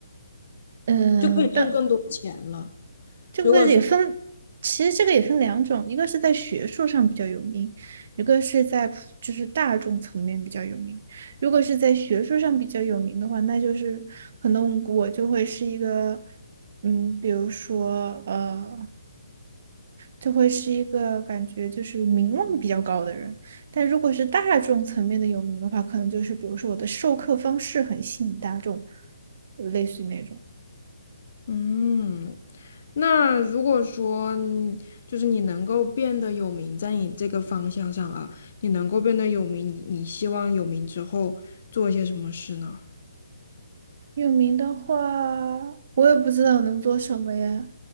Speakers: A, on the right (about 50°); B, on the left (about 55°).
A: 嗯、
B: 就可以挣更多钱了。
A: 但这个也分，
B: 如果是，
A: 其实这个也分两种，一个是在学术上比较有名，一个是在普就是大众层面比较有名。如果是在学术上比较有名的话，那就是可能我就会是一个，嗯，比如说呃。就会是一个感觉就是名望比较高的人。但如果是大众层面的有名的话，可能就是比如说我的授课方式很吸引大众，类似于那种。
B: 嗯，那如果说你就是你能够变得有名，在你这个方向上啊，你能够变得有名，你你希望有名之后做一些什么事呢？
A: 有名的话，我也不知道能做什么呀。